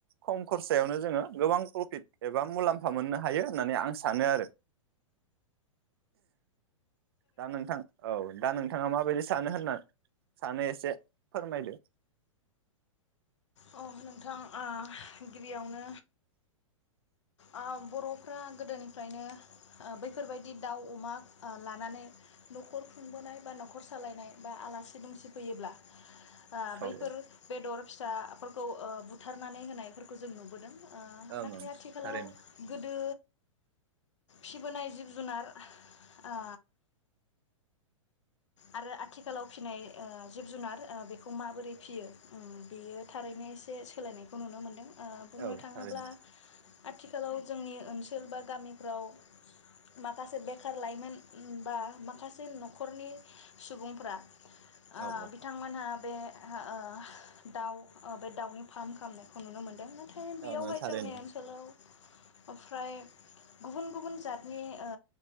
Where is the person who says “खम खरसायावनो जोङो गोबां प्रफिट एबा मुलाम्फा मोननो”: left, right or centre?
Right